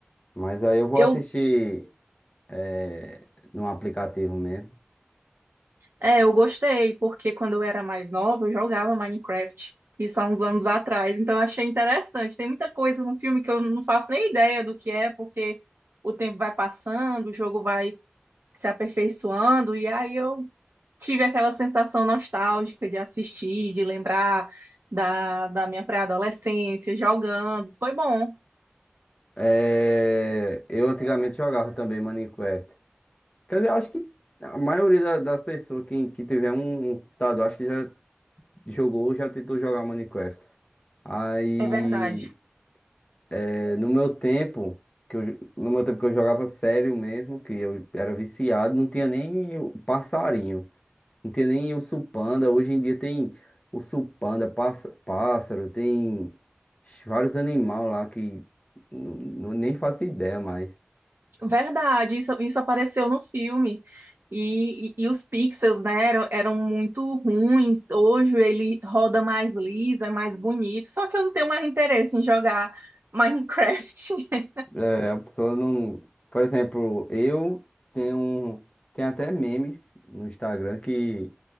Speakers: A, on the left; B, on the right.
A: Mas aí eu vou
B: Eu
A: assistir é, num aplicativo mesmo.
B: É, eu gostei, porque quando eu era mais nova, eu jogava Minecraft. Isso há uns anos atrás, então eu achei interessante. Tem muita coisa no filme que eu não faço nem ideia do que é, porque o tempo vai passando, o jogo vai se aperfeiçoando, e aí eu tive aquela sensação nostálgica de assistir, de lembrar da, da minha pré-adolescência, jogando. Foi bom,
A: É, eu antigamente jogava também Minecraft. Quer dizer, acho que a maioria da- das pessoas que, que tiver um, um computador, acho que já jogou ou já tentou jogar Minecraft. Aí,
B: é verdade.
A: é, no meu tempo, que eu, jo- no meu tempo que eu jogava sério mesmo, que eu era viciado, não tinha nem o passarinho. Não tem nem urso panda. Hoje em dia tem urso panda, passa- pássaro, tem vários animais lá que nu- nu- nem faço ideia mais.
B: Verdade, isso, isso apareceu no filme. E, e, e os pixels, né, eram, eram muito ruins. Hoje ele roda mais liso, é mais bonito. Só que eu não tenho mais interesse em jogar Minecraft. <laughs>
A: É, a pessoa não. Por exemplo, eu tenho um. Tem até memes no Instagram que,